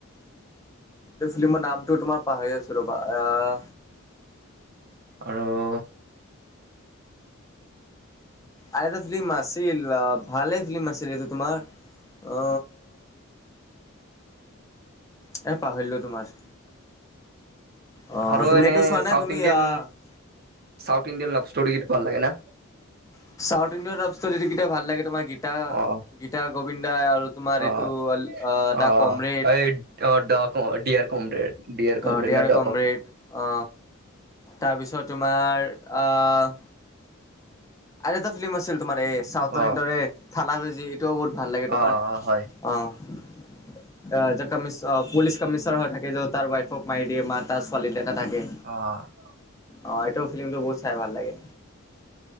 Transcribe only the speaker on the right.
আৰু
আৰু
এনে
চাউথ
ইণ্ডিয়ান
চাউথ ইণ্ডিয়ান লভষ্টৰিগিটা ভাল লাগে না?
অ
অ
অ
এই ড ডিয়াৰ কমৰেড ডিয়াৰ কমৰেড
ন ড
অ
অ হয়
অঁ।